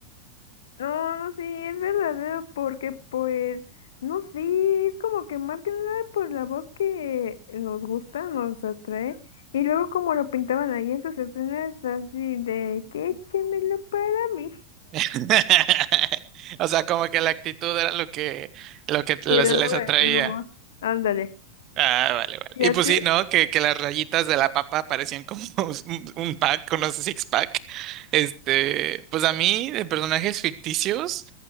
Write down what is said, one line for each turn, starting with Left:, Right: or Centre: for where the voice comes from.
Left: No, sí, es verdadero, porque pues, no sé, es como que más que nada por la voz que nos gusta, nos atrae, y luego como lo pintaban ahí esas escenas así de que échemelo para mí,
Right: <laughs> O sea, como que la actitud era lo que, lo que les,
Left: y le
Right: les
Left: daba
Right: atraía.
Left: el pluma, ándale,
Right: Ah, vale, vale.
Left: ¿y
Right: Y
Left: a
Right: pues
Left: ti?
Right: sí, ¿no? Que, que las rayitas de la papa parecían como <laughs> un, un pack, unos six pack. Este, pues a mí, de personajes ficticios,